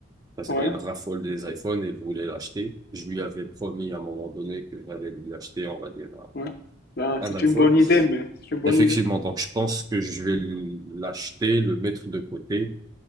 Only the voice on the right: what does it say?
parce
qu'elle raffole des iPhones et voulait l'acheter. Je lui avais promis à un moment donné que j'allais lui acheter, on va dire,
un,
un iPhone.
Effectivement,
donc je pense que je vais lui- l'acheter, le mettre de côté